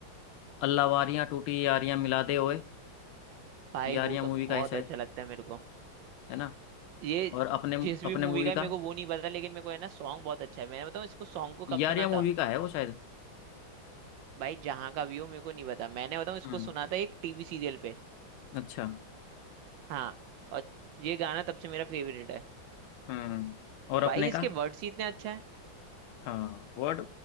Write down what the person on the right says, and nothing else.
भाई
वो तो
बहुत
अच्छा लगता है मेरे को
ये
जिस भी
मूवी
का है,
मेरे को वो नहीं पता लेकिन मेरे को है ना सॉन्ग बहुत अच्छा है मैंने बताऊँ इसको सॉन्ग को कब
सुना
था
भाई जहाँ का व्यू मेरे को नहीं पता मैंने बताऊँ इसको
सुना था एक टीवी सीरियल पे
हाँ और ये गाना तब से मेरा फेवरेट है
भाई इसके
वर्ड्स ही इतने अच्छा